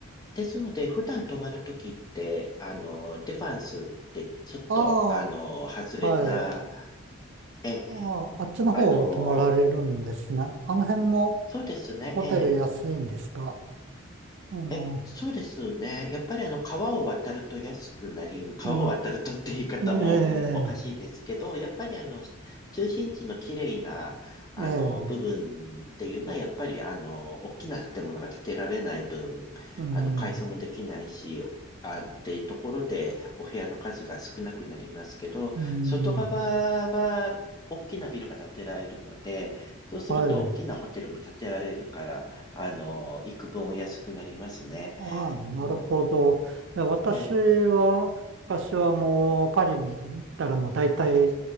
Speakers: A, on the left (about 20°); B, on the right (about 60°).
A: ですので、普段泊まるときって、あの、デファンスってちょっと、
B: あ
A: あの、外れた、
B: あ、はい。
A: え、
B: ああ、あっちの方を泊まられるんですね。
A: あの、
B: あの辺も、
A: そうですね、
B: ホテル安いんですか
A: ええ
B: あの、
A: え、そうですね。やっぱりあの、川を渡ると安くなり、川を渡るとって言い方もおかしいですけど、
B: うん、え
A: やっぱりあの、中心地の綺麗な、あの、
B: え、ええ、
A: 部分っていうのは、やっぱりあの、大きな建物が建てられない分、
B: うん、
A: あの、改装もできないし、あ、っていうところで、お部屋の数が少なくなりますけど、
B: うん、
A: 外側は、大きなビルが建てられるので、そうすると大きなホテルも建てられるから、
B: はい。
A: あの、幾分お安くなりますね。
B: ああ、なるほど。
A: うん。
B: いや私は、
A: え、
B: 昔はもうパリに行ったらもう大体、